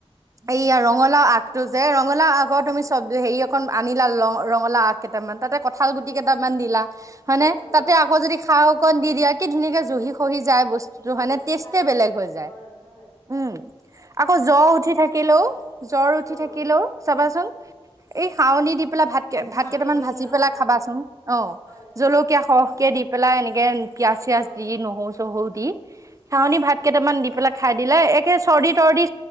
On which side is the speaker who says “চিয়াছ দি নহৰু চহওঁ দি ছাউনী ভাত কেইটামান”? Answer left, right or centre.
Right